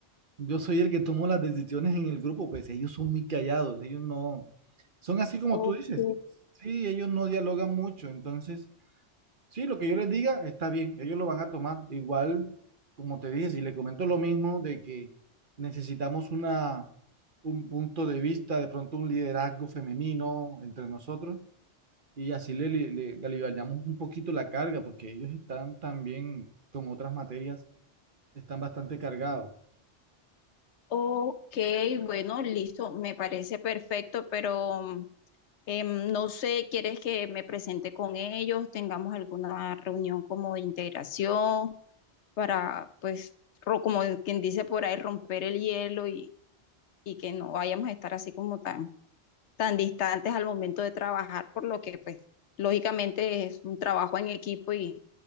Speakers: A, on the right; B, on the left.
A: yo soy el que tomo las decisiones en el grupo, pues ellos son muy callados, ellos no, son así como
B: Ok,
A: tú dices. Sí, ellos no dialogan mucho, entonces Sí, lo que yo les diga está bien, ellos lo van a tomar. Igual, como te dije, si le comento lo mismo de que necesitamos una, un punto de vista, de pronto un liderazgo femenino entre nosotros y así le, le, le- le aliviamos un poquito la carga porque ellos están también, con otras materias, están bastante cargados.
B: ok, bueno, listo, me parece perfecto, pero mm, em, no sé, ¿quieres que me presente con ellos? ¿Tengamos alguna reunión como de integración? para, pues, ro- como quien dice por ahí, romper el hielo y, y que no vayamos a estar así como tan, tan distantes al momento de trabajar, por lo que, pues, lógicamente es un trabajo en equipo y,